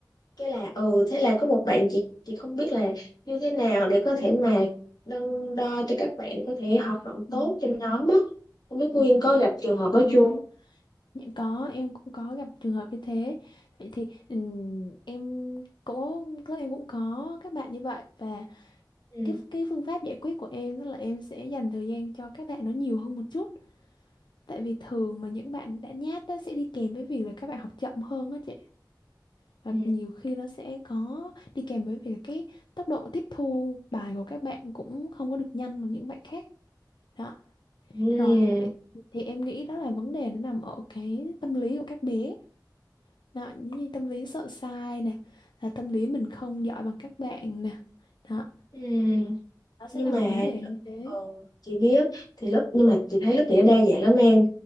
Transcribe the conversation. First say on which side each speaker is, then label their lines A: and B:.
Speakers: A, on the left (about 60°); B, on the left (about 80°).
A: cái là ừ thế là có một bạn chị chị không biết là như thế nào để có thể mà đo, đo cho các bạn có thể hoạt động tốt
B: ừ,
A: trong
B: ừ.
A: nhóm á không biết Nguyên
B: rồi
A: có gặp trường hợp
B: có
A: đó chưa
B: những có em cũng có gặp trường hợp như thế vậy thì ừm, em cũng các em cũng có các bạn như vậy và
A: ừ.
B: cái cái phương pháp giải quyết của em đó là em sẽ dành thời gian cho các bạn nó nhiều hơn một chút Tại vì thường mà những bạn đã nhát đó sẽ đi kèm với việc là các bạn học chậm hơn á chị. Và
A: Ừ.
B: nhiều khi nó sẽ có đi kèm với việc là cái tốc độ tiếp thu bài của các bạn cũng không có được nhanh bằng những bạn khác. Đó.
A: Ừ.
B: Rồi, vậy thì em nghĩ đó là vấn đề nó nằm ở cái tâm lý của các bé. Đó, như tâm lý sợ sai nè, là tâm lý mình không giỏi bằng các bạn nè. Đó,
A: Ừ.
B: nó sẽ
A: Nhưng
B: nằm
A: mà
B: vấn đề như thế.
A: ừ, chị biết thì lớp nhưng mà chị thấy lớp chị nó đa dạng lắm em